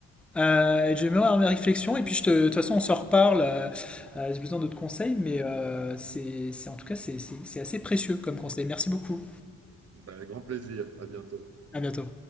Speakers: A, in the centre; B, on the right (about 40°).
A: Euh, je vais me faire mes réflexions et puis je te- de toute façon on se reparle. euh, euh, J'ai besoin d'autres conseils, mais euh, c'est, c'est- en tout cas c'est c'est- c'est assez précieux comme conseil. Merci beaucoup.
B: ben, grand plaisir, à bientôt.
A: À bientôt.